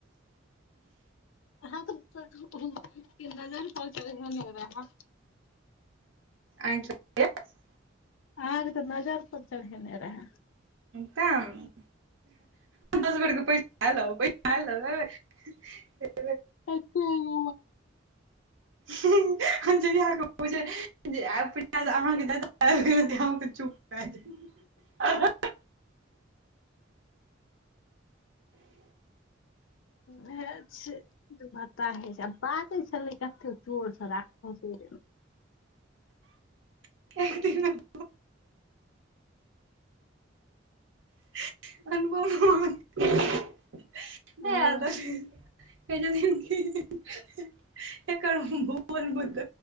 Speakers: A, on the left; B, on the right.
A: आहाँ कतय उ नजर पर चरहोने हेबई आहाँ
B: <inaudible>
A: अहाँके तऽ नजर पर चढ़ेने रहे
B: ताने दस बेर क पैसा आलो पैसा आलो ह
A: <unintelligible>
B: ह जहिया क उ बुझे अहाँके ज्यदा आबि गेल तहिया क चुप <inaudible>
A: वेह छै बता है छै आ बाजै छलै कतेक चोर छ राौरमे
B: <unintelligible> अनुभव नहि तऽ
A: हँ
B: कहै छथिन कि एकार बोल मत